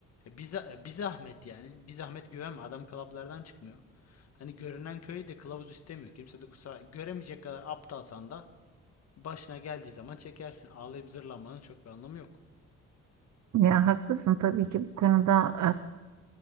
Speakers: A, on the left (about 55°); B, on the right (about 70°).
A: e, bir, za- e, bir zahmet yani. Bir zahmet güvenme. Adam klaplardan çıkmıyor. Hani görünen köyü de kılavuz istemiyor. Kimse de kusura göremeyecek kadar aptalsan da başına geldiği zaman çekersin. Ağlayıp zırlamanın çok bir anlamı yok.
B: Ya haklısın tabii ki bu konuda